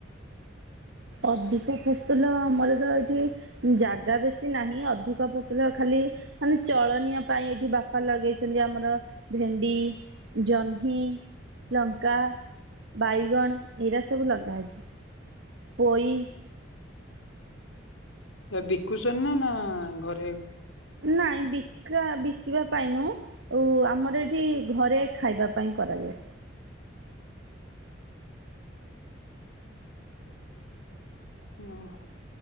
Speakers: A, on the right (about 70°); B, on the left (about 90°).
A: ଅଧିକ ଫସ୍ତଲ ମମର ତ ଏଠି ଜାଗା ବେଶି ନାହିଁ ଅଧିକ ଫସଲ ଖାଲି ଖାଲି ଚଳନୀୟ ପାଇଁ ଏଇଠି ବାପା ଲଗେଇଛନ୍ତି ଆମର ଭେଣ୍ଡି। ଜହ୍ନି, ଲଙ୍କା, ବାଇଗଣ ଏଇରା ସବୁ ଲଗାହେଇଚି। ପୋଇ।
B: ଏ ବିକୁଚନ୍ତି ନା ନା ଘରେ?
A: ନାଇଁ ବିକା ବିକିବା ପାଇଁ ନୁହ। ଓ ଆମର ଏଇଠି ଘରେ ଖାଇବା ପାଇଁ କରାଯାଏ।
B: ଓହୋ